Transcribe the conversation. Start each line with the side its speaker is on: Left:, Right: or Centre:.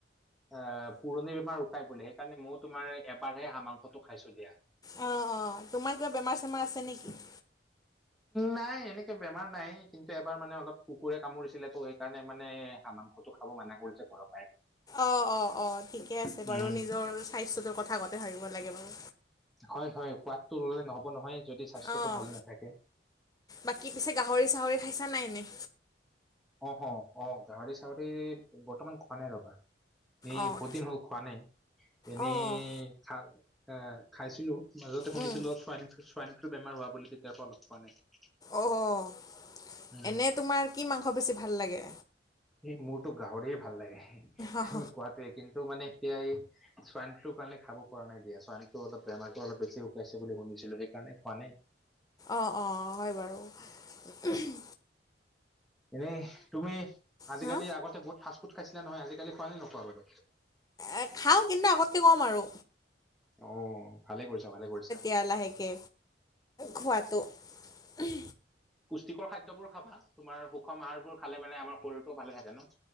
Centre: আহ পুৰণি বেমাৰ উকাই বোলে। সেইকাৰণে মইও তোমাৰ এবাৰহে হাঁহ মাংসটো খাইছো দিয়া।
Left: অ, অ, তোমাৰ কিবা বেমাৰ চেমাৰ আছে নেকি?
Centre: নাই এনেকে বেমাৰ নাই, কিন্তু এবাৰ মানে অলপ কুকুৰে কামুৰিছিলে তো সেইকাৰণে মানে হাঁহ মাংসটো খাব মানা কৰিছে ঘৰত।
Left: অ অ অ, ঠিকে আছে বাৰু,
Centre: উম,
Left: নিজৰ স্বাস্থ্যটোৰ কথা আগতে ভাবিব লাগে বাৰু।
Centre: হয় হয় সোৱাদটো ললে নহব নহয়, যদি স্বাস্থ্যটো
Left: অ',
Centre: ভালে নাথাকে।
Left: বাকী পিছে গাহৰি চাহৰি খাইছা নাই এনে?
Centre: অ, অ, আহ গাহৰি চাহৰি বৰ্তমান খোৱা নাই ৰবা। এ
Left: অ'।
Centre: বহুত দিন হ'ল খোৱা নাই, এনেই
Left: অ',
Centre: খা খাইছিলোঁ! মাজতে শুনিছিলো
Left: উম,
Centre: ছোৱানিছ ছোৱাইনিছো বেমাৰ হোৱা বুলি, তেতিয়াৰ পৰা অলপ খোৱা নাই।
Left: অঁহ,
Centre: উম
Left: এনে তোমাৰ কি মাংস বেছি ভাল লাগে?
Centre: সে মোৰতো গাহৰিয়ে ভাল লাগে,
Left: অ',
Centre: কোৱাটোৱে কিন্তু মানে এতিয়া এই চোৱাইন ফ্লু কাৰণে খাব পৰা নাই দিয়া, চোৱাইন ফ্লু অলপ বেমাৰটো অলপ বেছি উকাইছে বুলি শুনিছিলো, সেইকাৰণে খোৱা নাই।
Left: অ অ হয় বাৰু, উহম।
Centre: এনেই তুমি আজিকালি
Left: হা
Centre: আগতে বহুত ফাষ্ট ফুড খাইছিলা নহয়, আজিকালি খোৱা নে নোখোৱা বাৰু?
Left: এ খাও কিন্তু, আগতকে ক'ম আৰু।
Centre: অ ভালে কৰিছা, ভালে কৰিছা।
Left: য়া লাহেকে খোৱাতো, উমহ।
Centre: পুষ্টিকৰ খাদ্যবোৰ খাবা, তোমাৰ সুষম আহাৰবোৰ খালে মানে আমাৰ শৰীৰটোও ভালে থাকে ন।